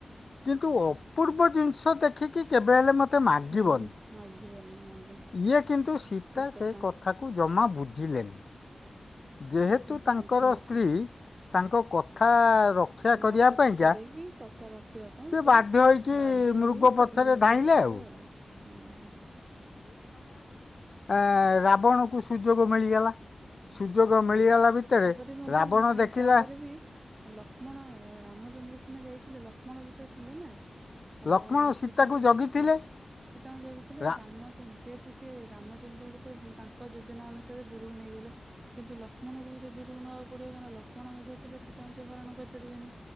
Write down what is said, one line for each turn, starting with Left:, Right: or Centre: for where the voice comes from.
Left: କିନ୍ତୁ ଅପୂର୍ବ ଜିନିଷ ଦେଖିକି କେବେ ହେଲେ ମତେ ତ ମାଗିବିନି
Right: ମନ ମାଗିବ ନାହିଁ ଆଜ୍ଞା
Left: ଇଏ କିନ୍ତୁ ସୀତା
Right: ଠିକ କଥା
Left: ସେ କଥାକୁ ଜମା ବୁଝ ବୁଝିଲେ। ଯେହେତୁ
Right: ଆଜ୍ଞା ସମ୍ପୂର୍ଣ୍ଣ
Left: ତାଙ୍କର ସ୍ତ୍ରୀ
Right: ଠିକ
Left: ତାଙ୍କ କଥା ରକ୍ଷା
Right: ନ
Left: କରିବା
Right: କାଟି
Left: ପାଇଁକା
Right: ପାରିକି କଥା ରଖିବା ପାଇଁ ସେ
Left: ବାଧ୍ୟ ହୋଇକି
Right: ବାଧ୍ୟ
Left: ମୃଗ
Right: ହେଇ ସ୍ୱର୍ଣ୍ଣ
Left: ପଛରେ
Right: ମୂୃଗ
Left: ଧାଇଁଲେ
Right: ପଛରେ
Left: ଆଉ
Right: ଗଲା ହୁଁ।
Left: ଆ ରାବଣକୁ ସୁଯୋଗ ମିଳିଗଲା। ସୁଯୋଗ
Right: ହଁ
Left: ମିଳିଗଲା ଭିତରେ
Right: ତାପରେ ମଧ୍ୟ
Left: ରାବଣ
Right: ନାଇଁ
Left: ଦେଖିଲା
Right: ତାପରେ ବି ଲକ୍ଷ୍ମଣ ରାମଚନ୍ଦ୍ର ସିନା ଯାଇଥିଲେ ଲକ୍ଷ୍ମ କ୍ଷ୍ମଣ ବି ତ ଥିଲେ ନା। ଆଉ
Left: ଲକ୍ଷ୍ମଣ
Right: ବ
Left: ସୀତାକୁ
Right: ସୀତାଙ୍କୁ ଜଗିକି
Left: ଜଗିଥିଲେ
Right: ସୀତାଙ୍କୁ ଜଗିଥିଲେ
Left: ରା-
Right: ରାମଚ ଯେହେତୁ ସିଏ ରାମଚନ୍ଦ୍ରଙ୍କୁ ତ ତାଙ୍କ ଯୋଜନା ଅନୁସାରେ ଦୂରକୁ ନେଇଗଲେ କିନ୍ତୁ ଲକ୍ଷ୍ମଣଙ୍କୁ ବି ତ ଦୂରକୁ ନବାକୁ ପଡିବ କାଁ ନା ଲଷ୍ମଣ ମଧ୍ୟ ଥିଲେ ସୀ ତାଙ୍କୁ ସେ ହରଣ କରିପାରିବେନି